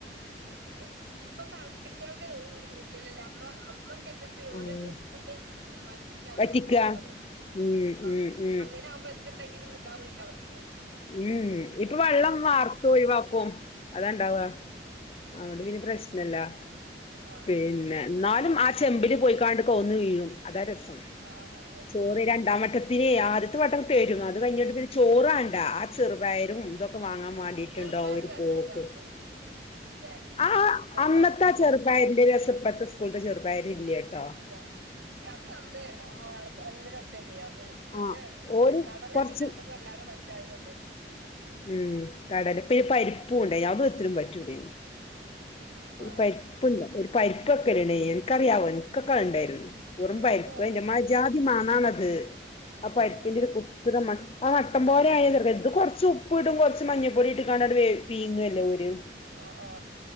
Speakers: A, on the right; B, on the left.
A: ഇല്ലാ ഇപ്പൊ തൾപ്പിച്ചാണ്ട് കുറ്റലല്ലാ അമ്മ അ മ്മക്കെന്ത് ചൂരാത്
B: ഉം
A: പ്പ്ട്ട് ന് വറ്റിച്ച് അങ്ങന്ണ്ടാക്കല്ലാ
B: വറ്റിക്ക
A: തോന്നുന്ന്ണ്ട്
B: ഉം
A: ആഹ്
B: ഉം ഉം
A: അങ്ങനെ ആവുമ്പോ എന്തുണ്ടെങ്കിലും ഇതാവില്ല മറ്റത്
B: ഊം
A: ഒക്കെ വൃത്തിക്ക്
B: ഇപ്പൊ വെള്ളം
A: ഇണ്ടാക്കും
B: വർത്തൊഴിവാക്കും അതാണ്ടാവ
A: ആഹ്
B: അതോണ്ട് പിന്നെ പ്രശ്നല്ല
A: ആഹ്
B: പിന്നെ എന്നാലും ആ ചെമ്പില് പോയിക്കാണ്ട്കോന്നു വീഴും അതാ രസം
A: ആഹ് അതെ
B: ചോറ് രണ്ടാമ ക്കത്തില് ആദ്യത്തെ വട്ടം പേരുംന്നത്
A: ആഹ്
B: കഴിഞ്ഞിട്ട് പിന്നെ ചോറ്ആണ്ടാ ചെറുപയർ
A: ആഹ്
B: ഇതൊക്കെ വാങ്ങാൻ വേണ്ടിട്ടുണ്ടാവ
A: ആഹ് ചെറുപ്പയറ്
B: ഒരു
A: രസേനി
B: പോക്ക്
A: അന്ന് ല്ലേ
B: ആ ആ
A: ചെറുപ്പയറ്
B: അന്നത്തെ ആ
A: ആഹ്
B: ചെറുപ്പായിന്റെ രസം ഇപ്പോഴത്തെ സ്കൂളിന്റെ ചെറുപ ട്ടോ
A: ഇല്ല പക്ഷെ അത് നന്ന് നല്ല രസേന അത് പിന്നെ
B: ആ
A: അയ്
B: ഓര്
A: കടല
B: കൊറച്ച്
A: പിന്നെ നമുക്ക് വല്ലാ അ പറ്റായള്ളേ
B: ഉം കടല ഇപ്പ പരിപ്പൂ ഉണ്ട <unintelligible> പറ്റൂല ഒരു
A: ആഹ്
B: പരിപ്പല്ല ഒരു പരിപ്പക്കണ എനക്ക്റിയാവോ എനിക്ക ഉണ്ടായിരുന്നു ഉറുമ്പരിക്കോ
A: ഇൻക്കതൊന്നുല്ല
B: ന്റമ്മാ ജ്ജാതി മണാണത്. <unintelligible>
A: ഏഹ്
B: വട്ടം പോലെ ആയ ത എന്ത് കൊറച്ച ഉപ്പ ഇടും കുറച്ച് മഞ്ഞൾപ്പൊടി ഇട്ട് <unintelligible>
A: ആ ആ